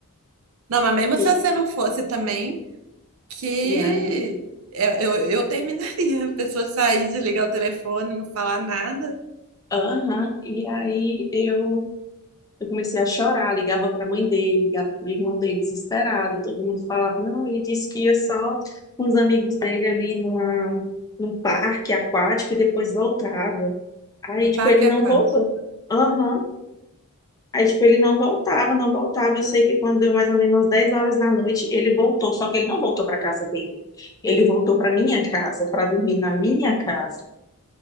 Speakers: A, on the right; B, on the left.
A: Não, mas mesmo
B: E,
A: se você não fosse também, que
B: e aí,
A: eu, eu, eu terminaria. A pessoa sair, desligar o telefone, não falar nada,
B: aham, e aí eu Eu comecei a chorar, ligava para a mãe dele, ligava para o irmão dele, desesperada. Todo mundo falava, não, ele disse que ia só com os amigos dele ali numa, num parque aquático e depois voltava. Aí,
A: no
B: tipo,
A: parque
B: ele não
A: aquático.
B: voltou. Aham. Aí, tipo, ele não voltava, não voltava. Eu sei que quando deu mais ou menos 10 horas da noite, ele voltou, só que ele não voltou para casa dele. Ele voltou para minha casa, para dormir na minha casa,